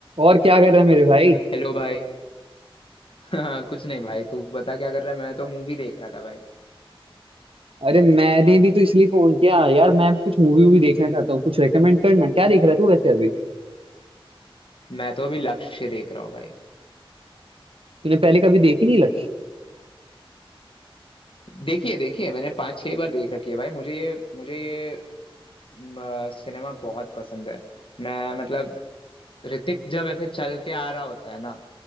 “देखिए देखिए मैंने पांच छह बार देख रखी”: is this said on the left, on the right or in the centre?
Left